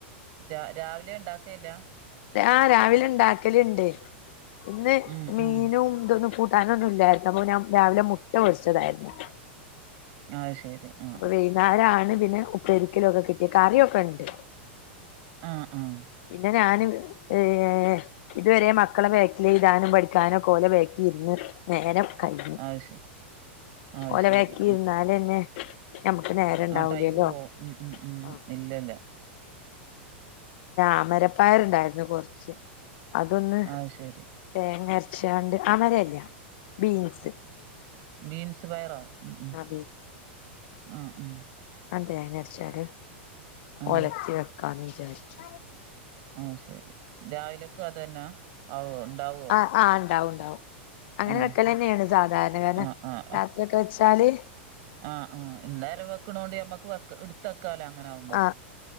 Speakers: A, on the right; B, on the left.
A: രാ രാവിലെ ഉണ്ടാക്കീല്യ
B: ആഹ് രാവിലെ ഉണ്ടാക്കലുണ്ട് പിന്നെ
A: ഉം
B: മീനും
A: ഉം
B: ഇതൊന്നും കൂ കൂട്ടാനൊന്നും ഇല്ലായിരുന്നു അപ്പൊ ഞാൻ രാവിലെ മുട്ട പൊരിച്ചതായിരുന്നു
A: അത് ശരി ആഹ്
B: അപ്പൊ വൈകുന്നേരാണ് പിന്നെ ഉപ്പരിക്കള്ളോക്കെ കിട്ടിയ കറിയൊക്കെ ഉണ്ട്
A: ആഹ് ആഹ്
B: പിന്നെ ഞാനും ഏഹ് ഇതുവരെ മക്കളെ ബാക്കില് എഴുതാനും പഠിക്കാനും ഒക്കെ ഓലെ ബാക്കി ഇരുന്ന് നേരം കഴിഞ്ഞു
A: അത് ശരി അത്
B: ഓലെ
A: ശരി
B: <unintelligible> നേരം ഇണ്ടാവൂലല്ലോ
A: ആഹ് ടൈമ് പോവും ഉം ഉം ഉം
B: ആഹ്
A: ഇല്ല ഇല്ല
B: അമരപ്പയറ് ഉണ്ടായിരുന്നു കുറച്ച് അതൊന്ന്
A: അത് ശരി
B: തേങ്ങ അരച്ചോണ്ട് അമരയല്ലയോ ബീൻസ്
A: ബീൻസ് പയറോ ഉം ഉം
B: ആഹ്
A: ആഹ് ഉം
B: അതെ <unintelligible>
A: ആ
B: ഒലത്തി വെക്കാന്ന് വിചാരിച്ചു
A: ആഹ് ശരി രാവിലക്കും അത് തന്നെയാ ആവോ ഉണ്ടാവോ
B: ആഹ് ഉണ്ടാവും ഉണ്ടാവും അങ്ങനെ
A: ആഹ്
B: വെക്കല്
A: ശരി
B: തന്നെയാണ് സാധാരണ കാരണം
A: ആഹ് ആഹ് ആഹ്
B: രാത്രിയൊക്കെവെച്ചാല്
A: ആഹ് ആഹ് എന്നേരം വെക്കണോണ്ട് നമ്മക്ക് വ എ <unintelligible> അങ്ങനെ ആവുമ്പം
B: ആ